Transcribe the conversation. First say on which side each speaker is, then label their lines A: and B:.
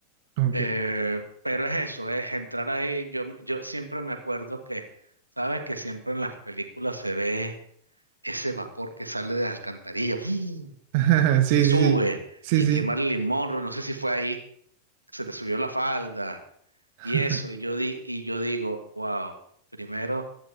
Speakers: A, on the right (about 45°); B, on the right (about 85°).
A: Ok.
B: Eh, pero es eso, es entrar ahí. Yo, yo siempre me acuerdo que, sabes que siempre en las películas se ve ese vapor que sale de las alcantarillas, ¡fuu!,
A: <laughs> Sí,
B: que sube
A: sí, sí, sí,
B: y
A: sí.
B: que Marilyn Monroe, no sé si fue ahí, se le subió la falda
A: <laughs>
B: y eso. Y yo, di, y yo digo, wow, primero,